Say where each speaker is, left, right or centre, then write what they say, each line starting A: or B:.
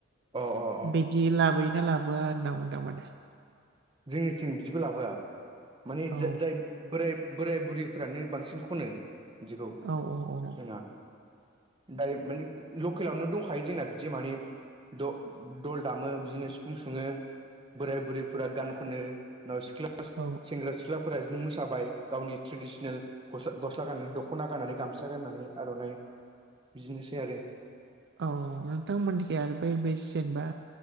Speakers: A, on the right; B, on the right.
A: अ अ अ।
B: बिदि लाबोयोना लाबोआ होनना बुंदों माने दे।
A: जोंनिथिं बिदिखौ लाबोआ माने
B: औ
A: जाय बोराय बोराय बुरैफ्रानो बांसिन खनो। बिदिखौ
B: औ औ औ।
A: जोंना दायो माने लकेलावनो दंखायो जोंना बिदि माने द दल दामो बिदिनो सिफुं सुङो बोराय बुरै फोरा गान खनो उनाव सिख्ला
B: औ
A: सेंग्रा सिख्लाफोरा बिदिनो मोसाबाय गावनि ट्रेडिसनेल गस्ला गस्ला गाननानै दख'ना गाननानै गामसा गाननानै आर'नाइ बिदिनोसै आरो।
B: औ नोंथांमोननिख आरो बै बे जेनबा